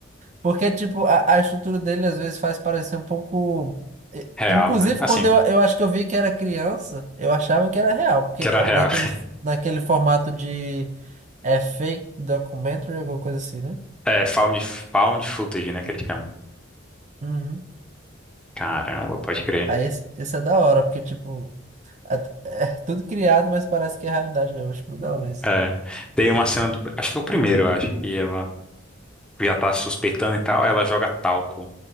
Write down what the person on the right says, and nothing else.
Porque, tipo, a, a estrutura dele às vezes faz parecer um pouco. e-
Inclusive,
quando eu, eu acho que eu vi que era criança, eu achava que era real. Porque
é
naquele, naquele formato de é fake documentary, alguma coisa assim, né?
Uhum.
Aí esse, esse é da hora, porque, tipo. At- É tudo criado, mas parece que é realidade mesmo. Acho muito da hora isso.